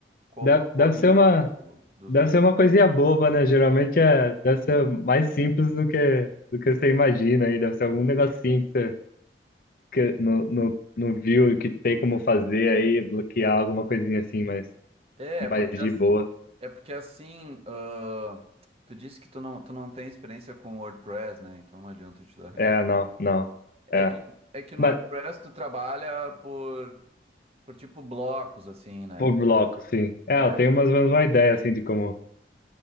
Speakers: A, on the right; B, on the left.
A: como
B: Deve,
A: eu
B: deve
A: corrijo
B: ser uma,
A: isso dos
B: deve
A: breakpoints.
B: ser uma coisinha boba, né? Geralmente é, deve ser mais simples do que, do que você imagina aí. Deve ser algum negocinho que você que no, no, no viu e que tem como fazer aí, bloquear alguma coisinha assim, mas
A: É,
B: mais
A: porque
B: de boa.
A: É porque assim, ah, tu disse que tu não, tu não tem experiência com WordPress, né? Então não adianta eu te dar referência.
B: É, não, não.
A: É
B: É.
A: que, é que no
B: Mas
A: WordPress tu trabalha por, por tipo blocos, assim, né?
B: por bloco, sim. É,
A: É,
B: eu tenho mais ou menos uma ideia assim de como.